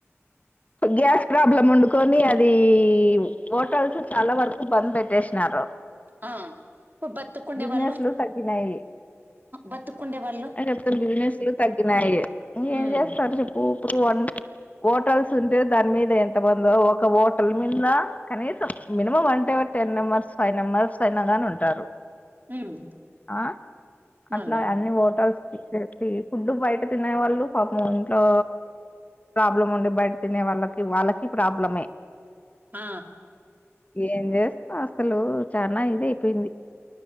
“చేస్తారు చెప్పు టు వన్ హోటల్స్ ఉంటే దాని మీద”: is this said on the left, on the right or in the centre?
Left